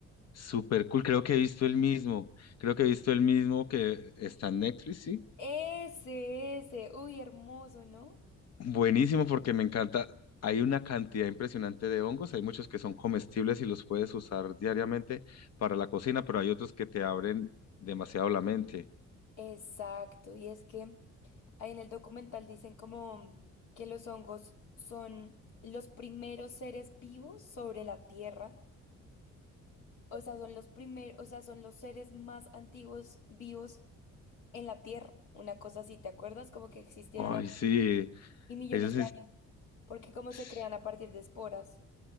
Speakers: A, on the left; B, on the left.
A: Súper cool. Creo que he visto el mismo. Creo que he visto el mismo que está en Netflix, ¿sí?
B: Ese, ese, uy, hermoso, ¿no?
A: Buenísimo porque me encanta. Hay una cantidad impresionante de hongos. Hay muchos que son comestibles y los puedes usar diariamente para la cocina, pero hay otros que te abren demasiado la mente.
B: Exacto, y es que ahí en el documental dicen como que los hongos son los primeros seres vivos sobre la Tierra, o sea, son los primeros, o sea, son los seres más antiguos vivos en la Tierra, una cosa así, ¿te acuerdas? Como que existieron
A: Ay,
B: hace
A: sí.
B: mil y millones
A: Eso
B: de años, porque como
A: sí.
B: se crean a partir de esporas.